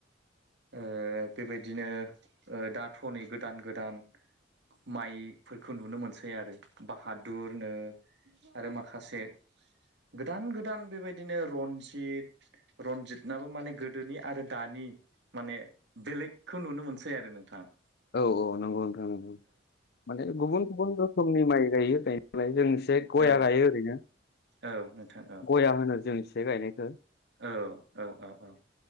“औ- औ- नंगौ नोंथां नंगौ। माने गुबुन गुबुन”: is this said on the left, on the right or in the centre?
Left